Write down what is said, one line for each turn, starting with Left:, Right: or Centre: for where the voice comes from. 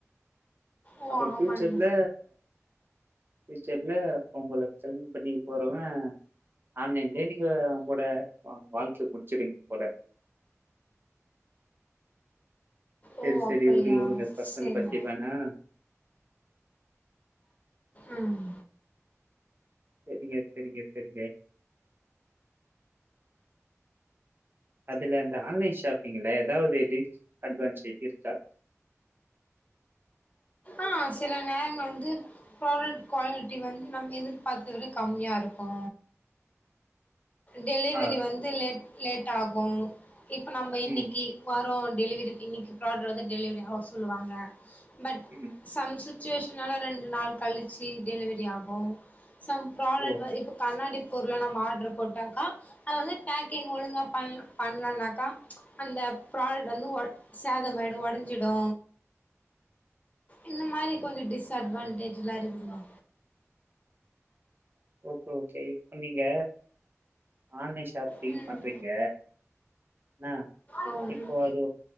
Left: ஓ
Right: அப்பற ஃபியூச்சர்ல
Left: ஆமாங்க
Right: ஃபியூச்சர்ல உங்கல கல்யாண பண்ணி போறவ ஆன்லைன்ல நீங்க உங்களோட வா வாழ்க்கைய முடிச்சிடுவிங்க போல சரி,
Left: ஓ
Right: சரி.
Left: அப்பல்லயா
Right: விடுங்க, விடுங்க. பர்சனல்
Left: சேரிங்க
Right: பத்தி வேணாம்.
Left: ம்
Right: சரிங்க சரிங்க சரிங்க அதுல அந்த ஆன்லைன் ஷாப்பிங்ல ஏதாவது டிஸ் அட்வான்டேஜ் இருக்கா
Left: ஆஹ் சில நேரங் வந்து ப்ராடக்ட் குவாலிட்டி வந்து நம்ம எதிர்பார்த்தலவிட கம்மியா இருக்கு டெலிவரி
Right: ஆ.
Left: வந்து லேட் லேட் ஆகு இப்போ நம்ப இன்னிக்கி
Right: ம்,
Left: வரும் டெலிவரி இன்னிக்கி ப்ராடக்ட் வந்து டெலிவரி ஆவு சொல்லுவாங்க பட்
Right: ம்.
Left: சம் சுச்சுவேஷனால் ரெண்டு நாள் கழிச்சு டெலிவரி ஆகு சம் ப்ராடக்ட்
Right: ஓ!
Left: வந்து இப்ப கண்ணாடி பொருள நம் ஆர்டர் போட்டாக்கா அது வந்து பேக்கிங் ஒழுங்கா பண்ள பண்ளனாக்கா அந்த ப்ராடக்ட் வந்து வொட சேதமாயிடு வொடஞ்சிடு இந்த மாரி கொஞ்சோ டிஸ்அட்வான்டேஜ்ல்லா இருக்குப்பா
Right: ஓகே ஓகே இப்ப நீங்க ஆன்லைன் ஷாப்பிங்
Left: ம்
Right: பண்றீங்க அ
Left: ஓ ம்
Right: இப்போ அது